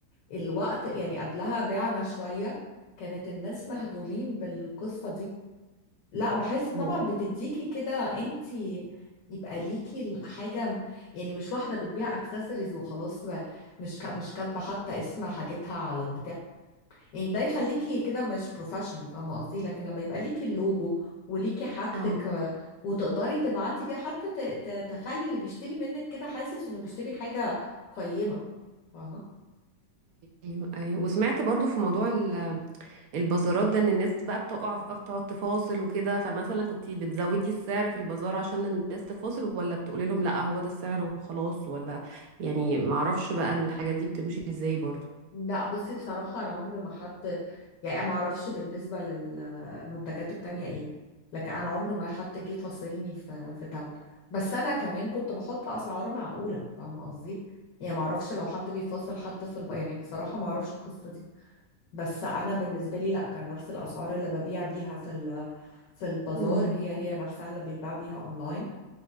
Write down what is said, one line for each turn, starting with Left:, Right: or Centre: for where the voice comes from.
Left: الوقت يعني قبلها بعنا شوية كانت الناس مهبولين بالقصة دي لا بحس طبعا
Right: مم.
Left: بتديكي كده انتي يبقى ليكي حاجة يعني مش واحدة بتبيع اكسسوارز وخلاص ب- مش كا- مش كاتبة حتى اسم حاجتها على البتاع يعني ده يخليكي كده مش بروفيشنال فاهمة قصدي لكن لما يبقى ليكي اللوجو وليكي حاجتك
Right: اه
Left: آه، وتقدري تبعتي بيها حتى ت- ت- تخلي اللي بيشتري منك كده حاسس انه بيشتري حاجة قيمة فاهمة
Right: ايوه ايوه وسمعت برضو في موضوع البازارات ده ان الناس بقى بتقع بتقعد تفاصل وكده فمثلا كنت بتزودي السعر في البازار عشان الناس تفاصل ولا بتقولي لهم لا هو ده السعر وخلاص ولا يعني معرفش بقى الحاجات دي بتمشي ازاي برضو
Left: لا بصي بصراحة أنا عمر ما حد يعني ما أعرفش بالنسبة للمنتجات التانية إيه لكن أنا عمر ما حد جه فاصلني في في تمن بس أنا كمان كنت بحط أسعار معقولة فاهمة قصدي يعني ما أعرفش لو حد بيفاصل حد في الب... يعني بصراحة ما أعرفش القصة دي بس أنا بالنسبة لي لا كان نفس الأسعار اللي ببيع بيها في ال... في البازار
Right: امم
Left: هي هي نفسها اللي بيتباع بيها أونلاين